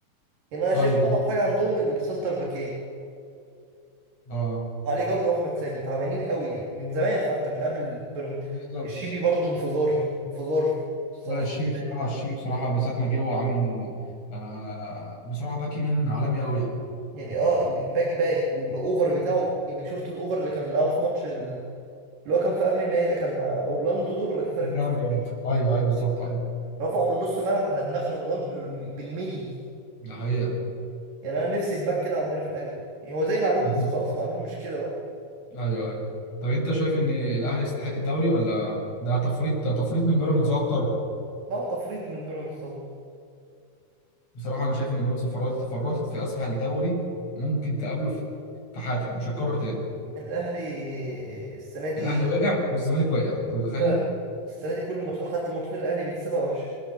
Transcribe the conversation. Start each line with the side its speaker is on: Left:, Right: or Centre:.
Right: يعني أنا
Left: طيب
Right: شايف أضعف حاجة عندهم السنتر باكين
Left: اه
Right: علي جبر واحمد سامي تعبانين قوي يعني من زمان حتى من قبل بيراميدز
Left: بالظبط
Right: الشيبي برضه انفجار انفجار الصراحه
Left: لا الشيبي
Right: السنه
Left: بصراحة
Right: دي
Left: الشيبي بصراحة من ساعة ما جه هو عامل آه بصراحة باك يمين عالمي قوي يعني
Right: يعني اه يعني باك باك والاوفر بتاعه يعني شفت الاوفر اللي كان لعبه في ماتش ال- اللي هو كان في قبل النهائي ده كان مع اورلاندو دول ولا كان فرقه
Left: جامد
Right: كانت اسمها
Left: اه
Right: ايه
Left: ايوه ايوه بالظبط ايوه
Right: رفعوا من نص ملعب على دماغ رمضان بالم- بالملي
Left: ده حقيقة
Right: يعني انا نفسي في باك كده عندنا في الاهلي يعني هو زي معلول
Left: <laughs>
Right: بس خلاص معلول مش كده بقى
Left: ايوه ايوه طب انت شايف ان الاهلي يستحق الدوري ولا ده تفريط تفريط من بيراميدز اكتر
Right: لا تفريط من بيراميدز طبعا
Left: بصراحة انا شايف ان بيراميدز فرطت فرطت في اسهل دوري ممكن تقابله في في حياتها مش هيتكرر تاني
Right: الاهلي السنه دي
Left: الاهلي واقع والزمالك
Right: مم.
Left: واقع انت متخيل
Right: لا السنه دي كل ماتشات حتى ماتشات الاهلي بيكسبها وحشه